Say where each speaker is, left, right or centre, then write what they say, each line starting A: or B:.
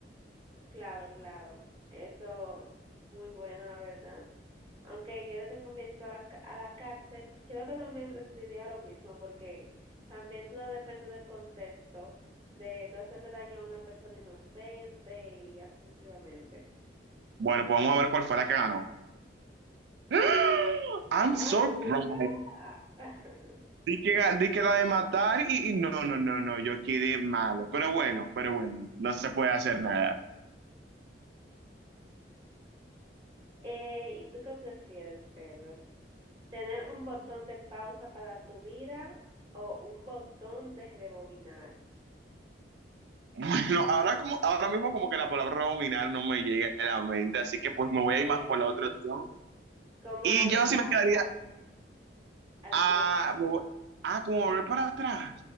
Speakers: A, on the right; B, on the right.
A: Claro, claro. Eso, muy buena, la verdad. Aunque yo le tengo miedito a la, ca- a la cárcel, creo que también preferiría lo mismo, porque también todo depende del contexto, de tú hacerle daño a una persona inocente y así sucesivamente.
B: Bueno, pues vamos a ver cuál fue la que ganó. <gasps> I'm
A: ¡Oh,
B: so bright.
A: my God! <laughs>
B: Di que, ga- di que la de matar y, y no, no, no, no, yo quedé malo. Pero bueno, pero bueno, no se puede hacer nada.
A: Eh, ¿y tú qué prefieres, Pedro? ¿Tener un botón de pausa para tu vida o un botón de rebobinar?
B: Bueno, ahora, como, ahora mismo como que la palabra dominar no me llega a la mente, así que pues me voy a
A: Es
B: ir más por la otra opción.
A: como
B: Y
A: darle
B: yo
A: para
B: sí me quedaría,
A: atrás al
B: ah,
A: tiempo.
B: me voy- ah, como volver para atrás.